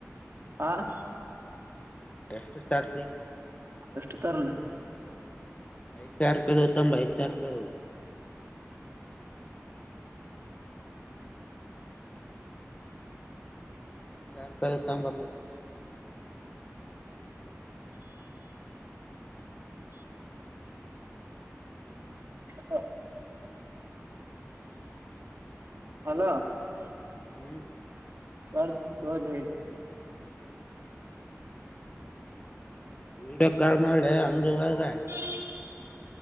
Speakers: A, on the right (about 50°); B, on the left (about 25°).
A: ಹಾಂ
B: ಎಷ್ಟು ಚಾರ್
A: ಎಷ್ಟು ತರಲ್ಲ
B: ಐಸ್ ಆರ್ ಕ ತಂಬ ಐಸಸ್ ಆರ್ ಕೋ ಹತ್ತು ರಪ ಕ ಬತ
A: ಹ ಅಲ
B: ಹ್ಮ್
A: ಸರ್ ತಿ ತಲ.
B: ವಿಡಿಯೋ ಕಾಲ್ ಮಾಡ್ಲೆ ಅಂಗಡಿ ಹೋದ್ರೆ.
A: ಹೌ